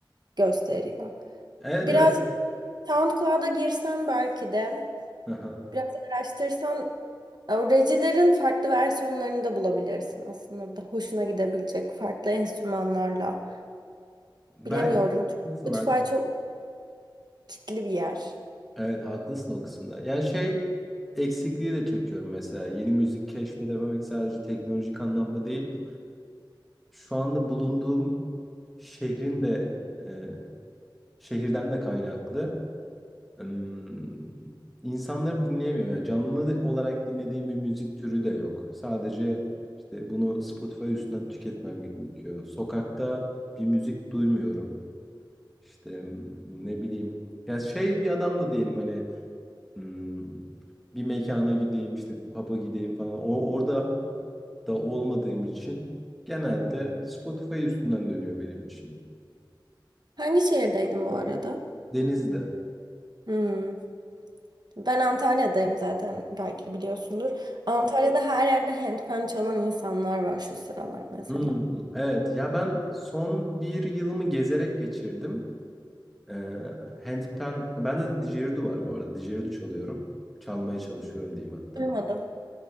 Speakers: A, on the right; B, in the centre.
A: gösteriyor.
B: Evet
A: Biraz
B: evet.
A: SoundCloud'a girsen belki de
B: Hı hı.
A: Biraz araştırsan Recilerin farklı versiyonlarını da bulabilirsin aslında da hoşuna gidebilecek farklı enstrümanlarla.
B: Belki
A: Bilemiyorum. çünkü
B: haklısın. ha-
A: Spotify çok kitli bir yer.
B: Evet haklısın o kısımda. Yani şey eksikliği de çekiyorum mesela. Yeni müzik keşfedememek sadece teknolojik anlamda değil. Şu anda bulunduğum şehrin de e, şehirden de kaynaklı. Im, insanları dinleyemiyor. Yani canlı olarak dinlediğim bir müzik türü de yok. Sadece işte bunu Spotify üstünden tüketmem gerekiyor. Sokakta bir müzik duymuyorum. İşte ne bileyim. Ya şey bir adam da diyelim hani m, bir mekana gideyim işte bir pub'a gideyim falan. O orada da olmadığım için genelde Spotify üstünden dönüyor benim için.
A: Hangi şehirdeydin bu arada?
B: Denizde.
A: Hmm. Ben Antalya'dayım zaten belki biliyorsundur. Antalya'da her yerde handpan çalan insanlar var şu sıralar mesela.
B: Hmm, evet ya ben son bir yılımı gezerek geçirdim. Ee, handpan, bende de didgeridoo var bu arada. Didgeridoo çalıyorum. Çalmaya çalışıyorum diyeyim hatta.
A: Duymadım.